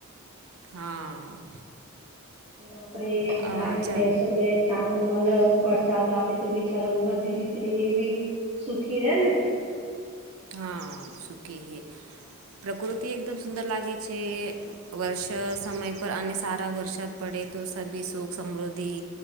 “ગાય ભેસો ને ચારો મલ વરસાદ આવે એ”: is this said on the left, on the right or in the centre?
Right